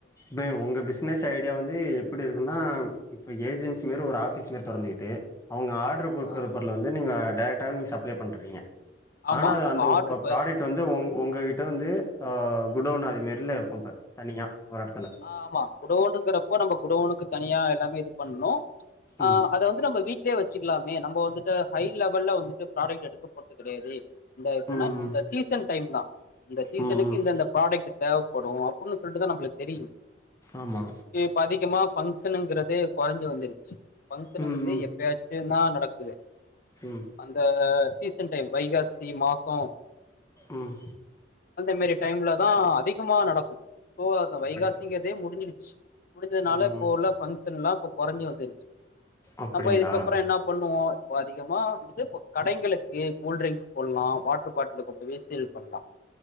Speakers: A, on the left; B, on the left.
A: பே உங்க பிசினஸ் ஐடியா வந்து எப்டி இருக்குன்னா இப்ப ஏஜென்சி இரு ஒரு ஆபிஸ் மரி தொறந்துகிட்டு அவுங்க ஆர்ட்ரு குடுக்குற
B: ஆ
A: பொருள் வந்து நீங்க டேரெக்டா நீ சப்ளே பண்றீங்க
B: ஆமா
A: ஆனா அது
B: அப்ப
A: அந்த
B: ஆர்டர்
A: ப்
B: இப்ப
A: ப்ராடக்ட் வந்து உ உங்கிட் டு வந்து குடோவுன் அதுமேரில இருக்கு இப்ப தனியா ஒரு எடத்துல.
B: ஆஹ் ஆமா குடோவுணுங்கிறப்போ நம்ம குடோனுக்கு தனியா எல்லாமே இருக்கு பண்ணோ
A: ம்
B: அத வந்து நம்ம வீட் லே வெச்சிக்கலாமே நம வந்துட்டு ஐ லெவல்ல வந்துட்டு ப்ராடெக்ட் எடுக்க போறது கிடையாது இந்த இப்பனா
A: ம்
B: இந்த சீசன் டைம் தா இந்த சீசனுக்கு
A: ம் ம்
B: இந்த இந்த ப்ராடெக்ட் தேவப்படு அப்புன்னு சொல்ட்டு தா நம்ளுக் தெரிய
A: ஆமா.
B: ஏ பாதிக்கமா பங்சனுங்கிறது குறைஞ்சு வந்துருச்சு பங்க்ஷன்ங்கிறது
A: ம் ம்
B: எப்பயாச்சும் தான் நடக்குது
A: ம்
B: அந்த சீசன் டைம் வைகாசி மாசம்
A: உம்
B: மாரி டைம்ல தான் அதிகமா நடக்கும்போ
A: அப்படி
B: வைகாசிங்கதே முடிஞ்சுடுச்சு முடிஞ்சதுனால
A: ம்
B: இப்ப
A: ம்
B: உள்ள பன் எல்லாம் இப்ப குறைஞ்ச வந்துருச்சு
A: அப்படிங்களா?
B: நம்ம இதுக்கப்புறம் என்ன பண்ணுவோம் இப்ப அதிகமா வந்து கடைகளுக்கு கூல்டிரிங்க்ஸ் போடலாம் வாட் ப்பாட்ட கொண்டு போய் சீல் பண்ணலாம்